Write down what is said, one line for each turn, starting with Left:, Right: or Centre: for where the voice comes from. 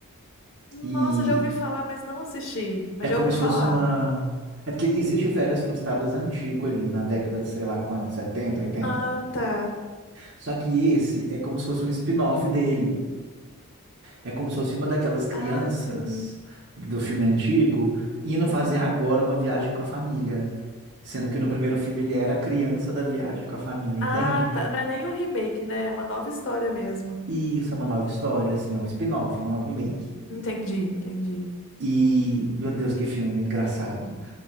Left: Nossa,
Right: E
Left: já ouvi falar, mas não assisti. Mas
Right: é como
Left: já ouvi
Right: se
Left: falar.
Right: fosse uma. É porque existe o Férias Frustradas antigo ali, na década de sei lá quanto, 70, 80.
Left: Ah, tá.
Right: Só que esse é como se fosse um spin-off dele. É como se fosse uma daquelas crianças
Left: Ah, sim.
Right: do filme antigo indo fazer agora uma viagem com a família, sendo que no primeiro filme ele era a criança da viagem com a família, entende?
Left: Ah, tá. Não é nem um remake, né? É uma nova história mesmo.
Right: E isso é uma nova história, assim, é um spin-off, não é um remake.
Left: Entendi, entendi.
Right: E, meu Deus, que filme engraçado.